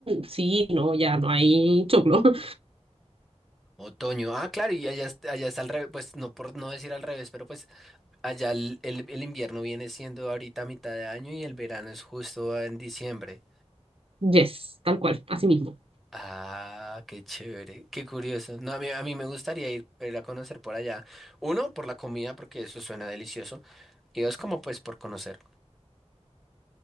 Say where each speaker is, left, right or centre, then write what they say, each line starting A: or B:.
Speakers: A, on the right; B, in the centre.
A: sí, no, ya no hay choclo. <laughs>
B: Otoño, ah, claro, y allá, est- allá está al revés, pues no por no decir al revés, pero pues allá el, el el invierno viene siendo ahorita a mitad de año y el verano es justo en diciembre.
A: Yes, tal cual, así mismo.
B: Ah, qué chévere, qué curioso. No, a mí, a mí me gustaría ir, ir a conocer por allá. Uno, por la comida, porque eso suena delicioso. Y dos, como pues por conocer.